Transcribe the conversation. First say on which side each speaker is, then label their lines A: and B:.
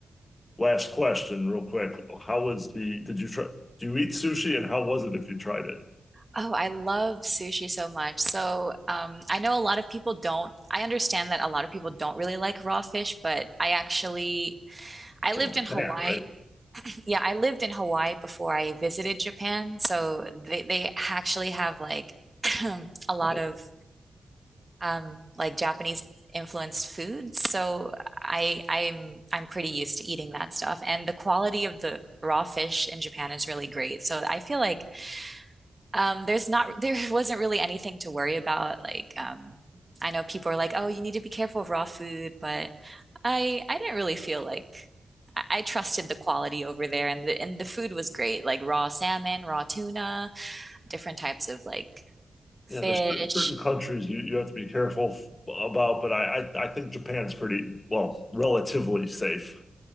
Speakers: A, on the left (about 25°); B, on the right (about 20°).
A: last question real quick. How was the did you try do you eat sushi and how was it if you tried it?
B: Oh, I love sushi so much. So, um, I know a lot of people don't, I understand that a lot of people don't really like raw fish, but I actually, I
A: It's
B: lived
A: in Japan,
B: in Hawaii. Yeah, I lived in Hawaii before I visited Japan. So they, they actually have like <clears throat> a lot
A: right?
B: of um, like Japanese influenced foods. So I I'm I'm pretty used to eating that stuff. And the quality of the raw fish in Japan is really great. So I feel like um, there's not <laughs> there wasn't really anything to worry about. Like um, I know people are like, oh, you need to be careful of raw food, but I I didn't really feel like I, I trusted the quality over there, and the and the food was great, like raw salmon, raw tuna, different types of like fish.
A: Yeah, there's cer- certain countries you, you have to be careful f- about, but I, I I think Japan's pretty, well, relatively safe. <laughs>